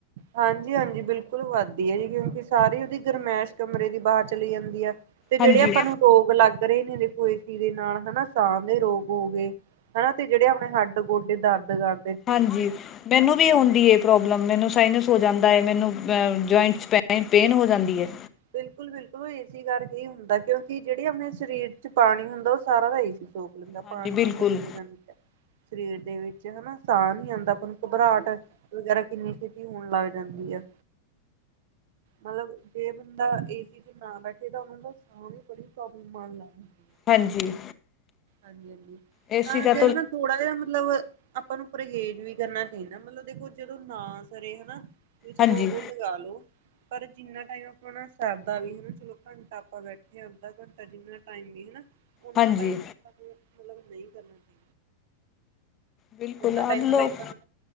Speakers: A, on the right; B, on the left.
A: ਹਾਂਜੀ -ਹਾਂਜੀ ਬਿਲਕੁਲ ਵੱਧਦੀ ਹੈ ਜੀ ਕਿਉਂਕਿ ਸਾਰੀ ਉਹਦੀ ਗਰਮਾਇਸ਼ ਕਮਰੇ ਦੇ ਬਾਹਰ ਚਲੀ ਜਾਂਦੀ ਹੈ। ਤੇ ਜਿਹੜੇ
B: ਹਾਂਜੀ
A: ਆਪਾਂ ਨੂੰ ਰੋਗ ਲੱਗ ਰਹੇ ਨੇ ਜ ਕੋਈ। ਇਹਦੇ ਨਾਲ ਹਨਾ ਸਾਹ ਦੇ ਰੋਗ ਹੋ ਗਏ ਹਨਾ ਤੇ ਜਿਹੜੇ ਆਪਣੇ ਹੱਡ ਗੋਡੇ ਦਰਦ ਕਰ।
B: ਹਾਂਜੀ ਮੈਨੂੰ ਵੀ ਆਉਂਦੀ। ਪ੍ਰੋਬਲਮ ਮੈਨੂੰ ਸਾਈਨਸ ਹੋ ਜਾਂਦਾ ਹੈ, ਮੈਨੂੰ ਜੁਆਇੰਟ 'ਚ ਪੈ ਪੇਨ ਹੋ ਜਾਂਦੀ ਹੈ।
A: ਬਿਲਕੁਲ, ਬਿਲਕੁਲ। ਬਿਲਕੁਲ ਏ ਸੀ ਕਰਕੇ ਹੁੰਦਾ ਕਿਉਂਕਿ ਜਿਹੜੇ ਆਪਣੇ ਸਰੀਰ 'ਚ ਪਾਣੀ ਹੁੰਦਾ ਉਹ ਸਾਰਾ ਦਾ ਏ ਸੀ ਸੋਖ ਦਾ
B: ਹਾਂਜੀ
A: ਪਾਣੀ
B: ਬਿਲਕੁਲ
A: ਦੀ ਕਮੀ ਹੋ ਜਾਂਦੀ ਹੈ ਸਰੀਰ ਦੇ ਵਿੱਚ ਹਨਾ। ਸਾਹ ਨੀ ਆਉਂਦਾ, ਆਪਾਂ ਨੂੰ ਘਬਰਾਹਟ ਵਗੈਰਾ ਕਿੰਨੀ ਹੋਣ ਲੱਗ ਜਾਂਦੀ ਹੈ, ਮਤਲਬ ਜੇ ਬੰਦਾ ਏ ਸੀ 'ਚ ਨਾ ਬੈਠੇ ਤਾਂ ਉਹਨਾਂ ਨੂੰ ਸਾਹ ਦੀ ਬੜੀ ਪ੍ਰੋਬਲਮ ਆਉਣ ਲੱਗ ਜਾਂਦੀ ਏ
B: ਹਾਂਜੀ
A: ਹਾਂਜੀ -ਹਾਂਜੀ
B: ਏ ਸੀ
A: ਤਾਂ
B: ਦਾ
A: ਕਿ ਉਹਨਾ ਥੋੜਾ ਜਿਹਾ ਮਤਲਬ ਆਪਾਂ ਨੂੰ ਪਰਹੇਜ਼ ਵੀ ਕਰਨਾ ਚਾਹੀਦਾ, ਮਤਲਬ ਦੇਖੋ ਜਦੋਂ ਨਾ ਸਰੇ ਹਨਾ ਵੀ ਚਲੋ
B: ਹਾਂਜੀ
A: ਉਦੋਂ ਲਗਾ ਲੋ, ਪਰ ਜਿੰਨਾ ਟਾਈਮ ਹਨ ਸਰਦਾ ਵੀ ਹਨਾ ਚਲੋ ਘੰਟਾ ਆਪਾਂ ਬੈਠੇ ਹ ਅੱਧਾ ਘੰਟਾ ਜਿੰਨਾ ਟਾਈਮ ਵੀ ਹਨਾ ਉਹਨਾਂ
B: ਹਾਂਜੀ
A: ਟਾਈਮ, ਸਾਨੂੰ ਮਤਲਬ ਨਹੀਂ ਕਰਨਾ ਚਾਹੀਦਾ
B: ਬਿਲਕੁਲ
A: ਉਹਨਾਂ
B: ਆਪ
A: ਟਾਈਮ
B: ਲੋਕ
A: ਮਤਲਬ ਆਪਾਂ ਨੂੰ,